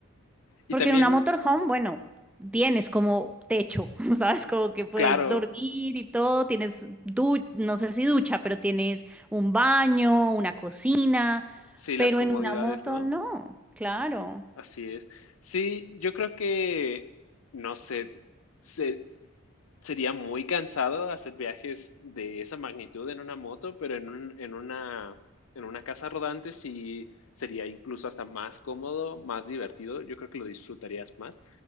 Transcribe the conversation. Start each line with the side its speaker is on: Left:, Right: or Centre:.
Left: Y
Centre: porque
Left: también,
Centre: en una motorhome, bueno, tienes como techo, <laughs> ¿sabes? Como que puedes
Left: claro.
Centre: dormir y todo, tienes du- no sé si ducha, pero tienes un baño, una cocina,
Left: Sí, las
Centre: pero
Left: comodidades,
Centre: en una moto
Left: ¿no?
Centre: no, claro.
Left: Así es. Sí, yo creo que, no sé, se- sería muy cansado hacer viajes de esa magnitud en una moto, pero en un- en una, en una casa rodante sí sería incluso hasta más cómodo, más divertido. Yo creo que lo disfrutarías más,